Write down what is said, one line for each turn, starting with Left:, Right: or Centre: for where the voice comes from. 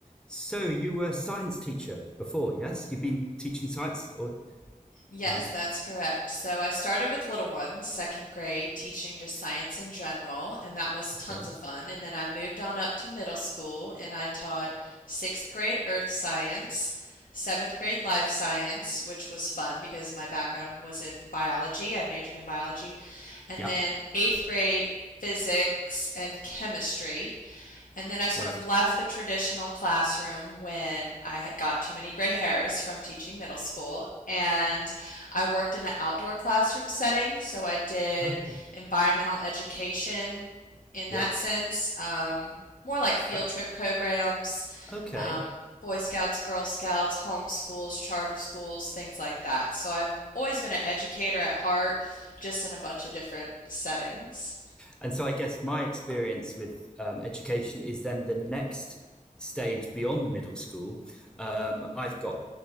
Centre: So you were a science teacher before, yes? You've been teaching science, or
Left: Yes,
Centre: um,
Left: that's correct. So I started with little ones, second grade, teaching just science in general, and that was
Centre: okay,
Left: tons of fun. And then I moved on up to middle school and I taught sixth grade earth science, seventh grade life science, which was fun because my background was in biology. I majored in biology. And
Centre: Yep.
Left: then eighth grade physics and chemistry. And then I sort
Centre: right?
Left: of left the traditional classroom when I had got too many gray hairs from teaching middle school. And I worked in an outdoor classroom setting. So I did
Centre: Oh,
Left: environmental education in
Centre: yeah,
Left: that sense, um, more like field
Centre: uh,
Left: trip programs,
Centre: okay.
Left: um, Boy Scouts, Girl Scouts, homeschools, charter schools, things like that. So I've always been an educator at heart, just in a bunch of different settings.
Centre: And so I guess my experience with um, education is then the next stage beyond the middle school. Um, I've got